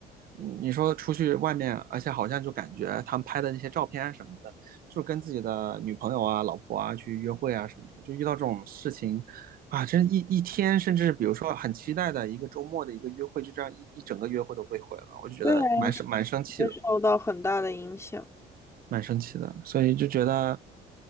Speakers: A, on the right (about 60°); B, on the left (about 15°).
A: 嗯你说出去外面，而且好像就感觉他们拍的那些照片什么的，就跟自己的女朋友啊、老婆啊去约会啊什么的，就遇到这种事情啊，真一一天，甚至比如说很期待的一个周末的一个约会，就这样一一整个约会都被毁了，我就觉得蛮生蛮生气的，
B: 对啊会受到很大的影响。
A: 蛮生气的，所以就觉得